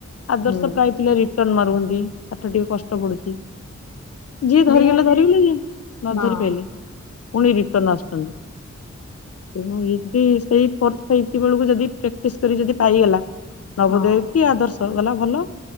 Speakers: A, on the left (about 55°); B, on the left (about 80°).
A: ଆଦର୍ଶ
B: ହୁଁ
A: ପ୍ରାୟପିଲା ଟନ୍ ମାରୁସନ୍ତି ପାଠ ଟିକେ କଷ୍ଟ ପଡୁଛି। ଯିଏ ଧରିଗଲା
B: ନିହାତି
A: ଧରିଗଲା ଯିଏ ନ
B: ହଁ
A: ଧରି ପାଇଲେ ପୁଣି ରିଟର୍ଣ ଆସୁଛନ୍ତି। <unintelligible> ସେଇ ବେଳକୁ ଯଦି ପ୍ରାକ୍ଟିସ କରି ଯଦି ପାଇଗଲା ନବଦୟ
B: ହଁ
A: କି ଆଦର୍ଶ ଗଲା ଭଲ